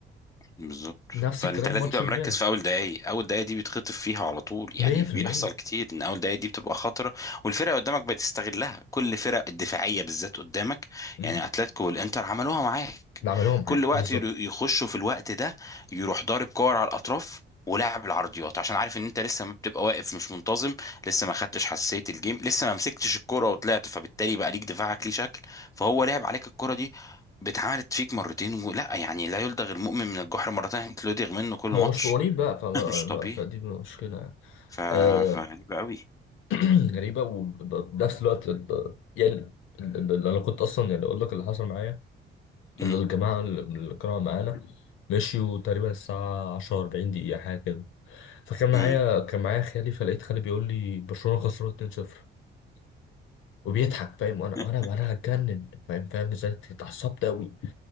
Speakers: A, on the left; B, on the left.
A: بالظبط
B: نفس
A: فانت
B: الكلام
A: لازم
B: ماتش
A: تبقى
B: امبارح
A: مركز في اول دقايق اول دقايق دي بيتخطف فيها على طول يعني
B: 100%
A: بيحصل كتير ان اول دقايق دي بتبقى خطره والفرقه قدامك بتستغلها كل فرق الدفاعيه بالذات قدامك
B: امم
A: يعني اتلتيكو والانتر عملوها معاك
B: اللي عملوه معاك
A: كل وقت
B: بالظبط
A: يرو- يخشوا في الوقت ده يروح ضارب كور على الاطراف ولاعب العرضيات عشان عارف ان انت لسه ما بتبقى واقف مش منتظم لسه ما خدتش حساسيه الجيم لسه ما مسكتش الكره وطلعت فبالتالي بقى ليك دفاعك ليه شكل فهو لعب عليك الكره دي باتعملت فيك مرتين ولا يعني لا يلدغ المؤمن من الجحر مرتين انت لدغ منه كل
B: ما
A: ماتش
B: هو مش مقاولين بقى فما
A: <laughs> مش طبيعي
B: فدي مشكلة يعني.
A: ف...
B: آه
A: فغريبة قوي
B: <clears throat> غريبة وبنفس الوقت ال- يعني ال- ال- ال- أنا كنت أصلا يعني أقول لك اللي حصل معايا
A: امم
B: ال- الجماعة اللي اللي كانوا معانا مشيوا تقريبا الساعة 10 40 دقيقة حاجة كده فكان معايا
A: امم
B: كان معايا خالي فلقيت خالي بيقول لي برشلونة خسرانة 2-0 وبيضحك فاهم وانا
A: <laughs>
B: وانا وانا هتجنن فاهم فاهم ازاي اتعصبت قوي